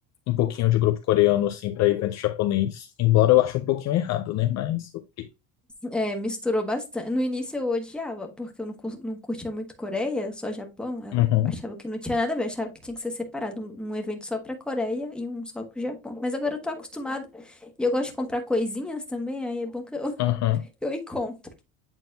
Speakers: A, on the left (about 40°); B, in the centre.
A: um pouquinho de grupo coreano, assim, para evento japonês. Embora eu ache um pouquinho errado, né, mas ok.
B: É, misturou bastante. No início eu odiava, porque eu não, cur- não curtia muito Coreia, só Japão. Eu
A: Uhum,
B: achava que não tinha nada a ver, achava que tinha que ser separado, um, um evento só pra Coreia e um só pro Japão. Mas agora eu tô acostumada e eu gosto de comprar coisinhas também, aí é bom que eu, <laughs>
A: uhum.
B: eu encontro.